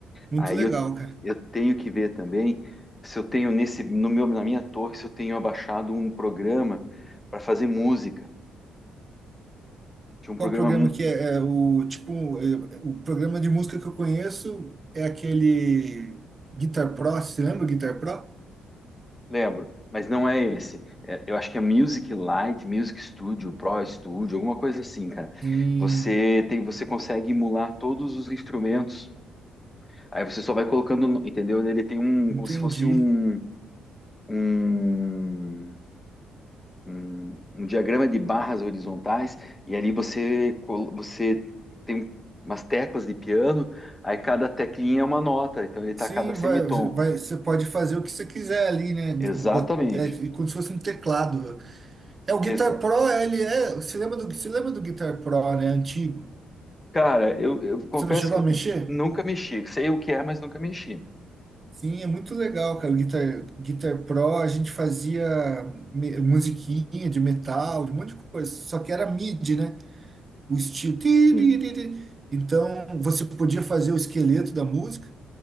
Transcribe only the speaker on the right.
Muito
legal,
cara.
Qual programa
que é? É o tipo, é, o programa de música que eu conheço é aquele Guitar Pro, você lembra o Guitar Pro?
Sim,
entendi.
Sim,
vai, vai, você pode fazer o que você quiser ali, né? Bot-
É, como se fosse um teclado. É o Guitar
Pro, ele é. Você lembra do, você lembra do Guitar Pro, né? Antigo.
Você não chegou
a mexer?
Sim, é muito legal, cara. O Guitar, Guitar Pro, a gente fazia me- musiquinha de metal, de um monte de coisa. Só que era MIDI, né? O estilo. Ti,
ti, ti, ti. Então, você podia fazer o esqueleto da música